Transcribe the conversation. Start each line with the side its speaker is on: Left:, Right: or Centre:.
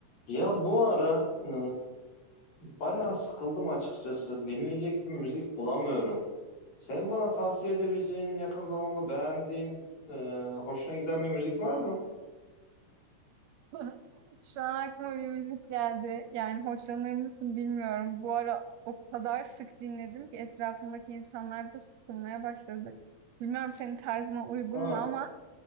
Left: Ya bu ara e, bayağı sıkıldım açıkçası. Dinleyecek bir müzik bulamıyorum. Sen bana tavsiye edebileceğin, yakın zamanda beğendiğin, e, hoşuna giden bir müzik var mı?
Right: <laughs> Şu an aklıma bir müzik geldi. Yani hoşlanır mısın bilmiyorum. Bu ara o kadar sık dinledim ki etrafımdaki insanlar da sıkılmaya başladı. Bilmiyorum senin tarzına uygun
Left: Ha.
Right: mu ama